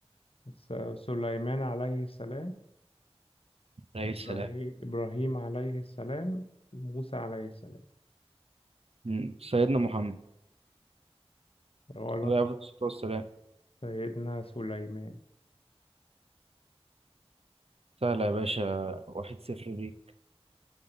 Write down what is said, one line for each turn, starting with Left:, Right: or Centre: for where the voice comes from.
Left: س- سليمان عليه السلام
Right: عليه
Left: إبراهيم
Right: السلام
Left: إبراهيم عليه السلام موسى عليه السلام
Right: مم. سيدنا محمد
Left: غلط
Right: عليه أفضل الصلاة والسلام
Left: سيدنا سليمان
Right: سهلة يا باشا واحد صفر دي